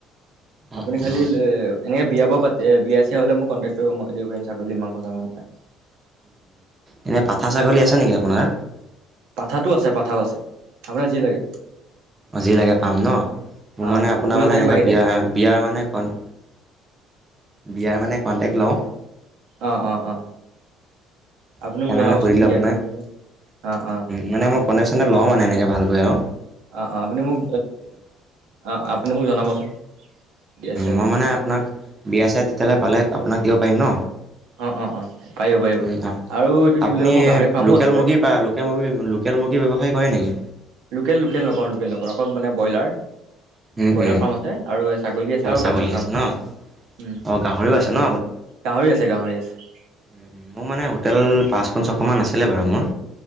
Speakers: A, on the right; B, on the right.
A: আপুনি
B: অ',
A: খালি
B: অ'।
A: এনেকে বিয়া বাৰু বিয়া <unintelligible> হলে মোক কণ্টেক্ট কৰিব। মই দিব পাৰিম ছাগলী মাংস <unintelligible>
B: এনে পাঠা ছাগলী আছে নেকি আপোনাৰ?
A: পাঠাটো আছে, পাঠাও আছে। আপোনাক যি লাগে।
B: আজিলৈকে পাম ন? মোৰ
A: অ'
B: মানে
A: ভুবুলা
B: আপোনাৰ মানে
A: চাগে
B: এনেকে
A: বাহিৰে
B: বিয়া বিয়াৰ মানে কন বিয়াৰ মানে কন্টেক্ট লওঁ।
A: অ-অ-অ। আপুনি
B: সেইকাৰণে
A: মোক জনাবচোন
B: মানে সুধিলোঁ
A: বিয়া
B: আপোনাক।
A: <unintelligible> অ'
B: মানে মই কণ্টেক চণ্টেক লওঁ মানে এনেকে ভালকে আও।
A: অ-অ। আপুনি মোক অ আপুনি মোক জনাবচোন। বিয়া চিয়া হ'লে
B: মই মানে আপোনাক বিয়াছে তেতিয়াহ'লে পালে আপোনাক দিব পাৰিম ন।
A: অ' অ' অ' পাৰিব পাৰিব।
B: ও
A: আৰু এইটো কি
B: আপনি
A: বুলি কয় মোৰ গাহৰি ফাৰ্মো
B: লোকেল
A: আছে বাৰু
B: মুৰ্গী পায়, লোকেল মুৰ্গী লোকেল মুৰ্গী ব্যৱসায় কৰে নেকি?
A: লোকেল লোকেল নকৰোঁ, লোকেল নকৰোঁ। অকল মানে ব্ৰইলাৰ
B: উম,
A: ব্ৰইলাৰ
B: উম,
A: ফাৰ্ম আছে আৰু ছাগলী আছে আৰু
B: ছাগলী
A: গাহৰি ফাৰ্ম
B: আছে
A: আছে।
B: ন?
A: উম
B: অ', গাহৰিও আছে ন
A: গাহৰি আছে, গাহৰি আছে।
B: উম-উম, মোৰ মানে হোটেল পাঁচখন, ছখন মান আছিলে বাৰু মোৰ।